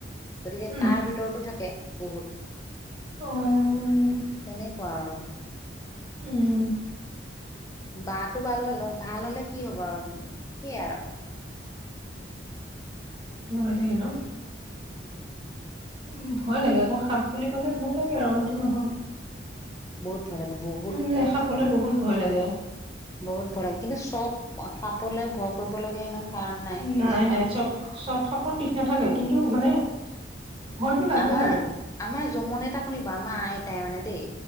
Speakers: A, on the left; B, on the right.
A: গতিকে
B: উম
A: তাৰ ভি তৰতো থাকে বহুত,
B: অ
A: তেনেকুৱা আৰু।
B: উম।
A: বাঁহটো ভাল হ'লেও, ভাল হ'লে কি হ'ব আৰু সেইয়া আৰু।
B: হয় দেই ন'!
A: অ'।
B: উম, ভয় লাগে আকৌ সাপ বুলি ক'লে ভয় লাগে আৰু অইনটো নহয়।
A: বহুত ভয় লাগে বহ।
B: মোৰ যে সাপলে বহুত ভয় লাগে।
A: বহুত ভয় লাগে, কিন্তু চব সাপলে ভয় কৰিব লগীয়া ইমান কাৰণ
B: নাই
A: কিছুমানতো
B: নাই চব চব সাপ পৰ বিষ নাথাকে কিন্তু মানে, ভয়তো লাগে
A: আমাৰ
B: আৰু।
A: আমাৰ জমনি এটা শুনিবা, আমাৰ আইতায়ে মানে দেই,